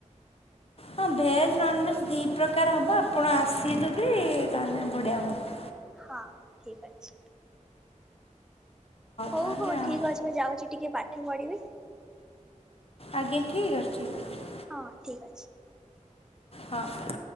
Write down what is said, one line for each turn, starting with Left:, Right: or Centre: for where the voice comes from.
Left: ହଁ ଭେଜ୍ ନନ୍ଭେଜ୍ ଦୁଇ ପ୍ରକାର ହବ ଆପଣ ଆସିବେ ଯଦି ତାହେଲେ ବଢ଼ିଆ ହୁଅନ୍ତା।
Centre: ହଁ ହଁ ଠିକ ଅଛି। ହଉ
Left: ତାହେଲେ
Centre: ହଉ
Left: ଆଉ
Centre: ଠିକ୍ ଅଛି ମୁଁ ଯାଉଚି ଟିକେ ପାଠ ପଢିବି।
Left: ଆଜ୍ଞା ଠିକ୍ ଅଛି। ଅଛି
Centre: ହଁ ଠିକ୍ ଅଛି।
Left: ହଁ।